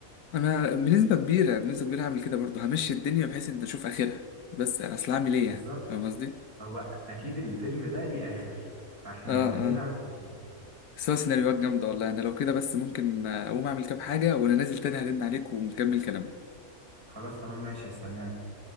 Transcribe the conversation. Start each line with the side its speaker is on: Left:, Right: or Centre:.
Left: انا بنسبه كبيره بنسبه كبيره هعمل كده برضه همشي الدنيا بحيث ان اشوف اخرها بس انا اصل هعمل ايه
Right: بالظبط
Left: يعني فاهم قصدي
Right: هو اكيد الفيلم ده ليه اخر فاحنا
Left: اه
Right: محتاجين
Left: اه
Right: نعرف آخره.
Left: بس هو سيناريوهات جامده والله انا لو كده بس ممكن اقوم اعمل كام حاجه وانا نازل تاني هرن عليك ونكمل كلامنا
Right: خلاص تمام ماشي هستناك